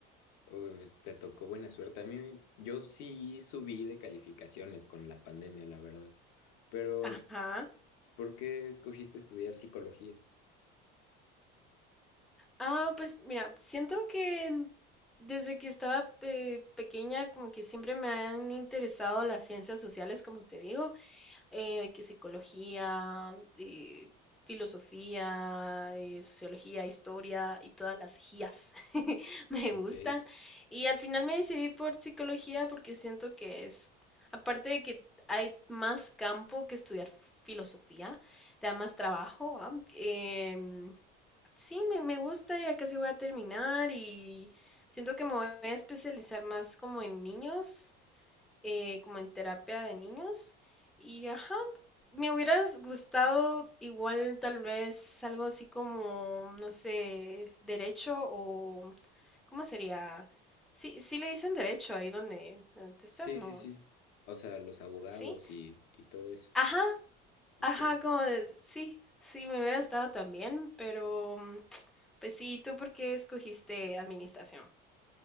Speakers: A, on the left (about 85°); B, in the centre.
A: Pues, te tocó buena suerte. A mí, yo sí subí de calificaciones con la pandemia, la verdad. Pero,
B: Ajá.
A: ¿por qué escogiste estudiar psicología?
B: Ah, pues mira, siento que en- desde que estaba eh, pequeña como que siempre me han interesado las ciencias sociales, como te digo. eh, que psicología, eh, filosofía, eh, sociología, historia y todas las gías <laughs> me
A: Ok.
B: gustan. Y al final me decidí por psicología porque siento que es, aparte de que hay más campo que estudiar filosofía, te da más trabajo. ¿va? Em, sí, me, me gusta, ya casi voy a terminar y siento que me voy a especializar más como en niños eh, como en terapia de niños. Y ajá, me hubiera gustado igual tal vez algo así como, no sé, derecho o, ¿cómo sería? Sí, sí le dicen derecho ahí donde, donde tú estás,
A: Sí,
B: ¿no?
A: sí, sí. O sea, los abogados
B: Sí.
A: y, y todo eso.
B: Ajá,
A: Ok.
B: ajá, como de, sí, sí, me hubiera gustado también, pero mm, pues sí, ¿tú por qué escogiste administración?